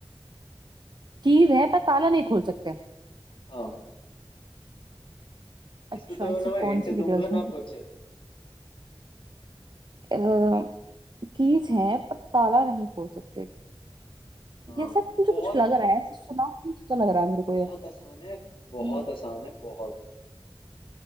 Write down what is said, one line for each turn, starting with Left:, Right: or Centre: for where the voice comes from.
Right: कीज है पर ताला नहीं खोल सकते
Left: हाँ इसमें
Right: अच्छा
Left: तो
Right: ऐसी
Left: ना मैं
Right: कौन
Left: हिंट
Right: सी
Left: दूंगा
Right: डिटेल्स
Left: ना कुछ
Right: हैं कीज है पर ताला नहीं खोल सकते
Left: हाँ
Right: ये सब मुझे
Left: बहुत
Right: कुछ लग रहा है ऐसे सुना कुछ तो लग रहा है मेरे को
Left: बहुत
Right: ये
Left: आसान है बहुत
Right: हम्म,
Left: आसान है बहुत